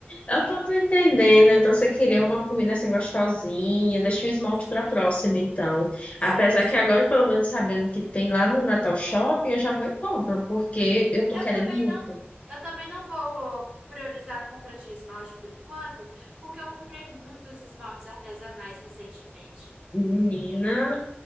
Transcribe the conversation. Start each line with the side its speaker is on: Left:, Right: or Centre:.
Left: eu tô tô entendendo. Então, você queria uma comida assim gostosinha. Deixa o esmalte
Right: Sim.
Left: pra próxima, então.
Right: Sim,
Left: Apesar
Right: sim.
Left: que agora, pelo menos sabendo que tem lá no Natal Shopping, eu já vou e compro, porque eu tô
Right: Eu
Left: querendo
Right: também
Left: muito.
Right: não, eu também não vou priorizar a compra de esmalte por enquanto, porque eu comprei muitos esmaltes artesanais recentemente.
Left: Menina,